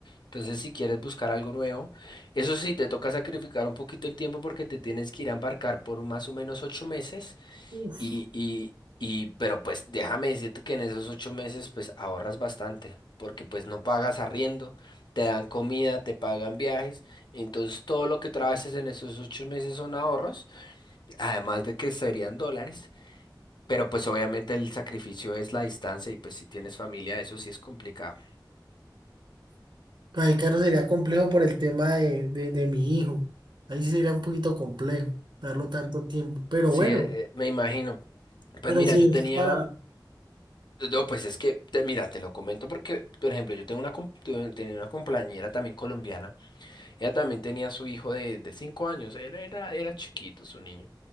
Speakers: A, on the left; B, on the right.
A: Entonces si quieres buscar algo nuevo, eso sí, te toca sacrificar un poquito el tiempo porque te tienes que ir a embarcar por más o menos ocho meses.
B: Uf,
A: Y, y, y, pero pues déjame decirte que en esos ocho meses pues ahorras bastante, porque pues no pagas arriendo, te dan comida, te pagan viajes, entonces todo lo que trabajes en esos ocho meses son ahorros, además de que serían dólares, pero pues obviamente el sacrificio es la distancia y pues si tienes familia eso sí es complicado.
B: ahí claro sería complejo por el tema de, de, de mi hijo. Ahí sí sería un poquito complejo darlo tanto tiempo. Pero
A: Sí,
B: bueno,
A: eh, eh, me imagino. Pues
B: pero
A: mira,
B: sí
A: yo tenía,
B: es para...
A: no, pues es que, te- mira, te lo comento porque, por ejemplo, yo tengo una, com- tuve- tenía una compañera también colombiana Ella también tenía su hijo de, de cinco años, él era, era chiquito su niño.